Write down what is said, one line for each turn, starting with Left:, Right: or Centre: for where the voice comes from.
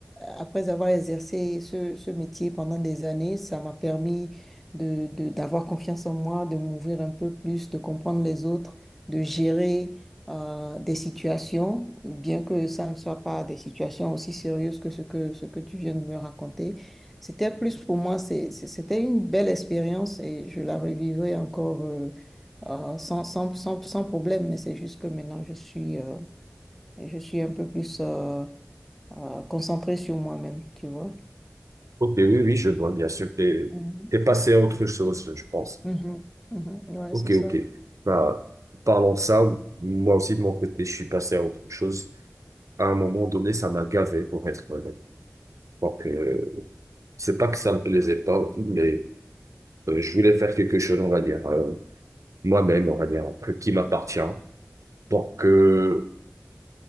Centre: après avoir exercé ce, ce métier pendant des années, ça m'a permis de, de- d'avoir confiance en moi, de m'ouvrir un peu plus, de comprendre les autres, de gérer euh, des situations, bien que ça ne soit pas des situations aussi sérieuses que ce que, ce que tu viens de me raconter. C'était plus pour moi, c'est- c'est- c'était une belle expérience et je la revivrai encore. euh, euh, sans, sans, sans, sans problème, mais c'est juste que maintenant, je suis, euh, je suis un peu plus euh, euh, concentrée sur moi-même, tu vois.
Right: Ok, oui, oui, je vois, bien sûr. T'es,
Centre: Mhm.
Right: t'es passé à autre chose, je pense.
Centre: Mhm. Mhm. Ouais,
Right: Ok,
Centre: c'est ça.
Right: ok. Bah, parlons de ça. Moi aussi, de mon côté, je suis passé à autre chose. à un moment donné, ça m'a gavé, pour être honnête. Donc, euh, c'est pas que ça me plaisait pas, mais euh, je voulais faire quelque chose, on va dire, euh, moi-même, on va dire, un truc qui m'appartient. Donc, euh,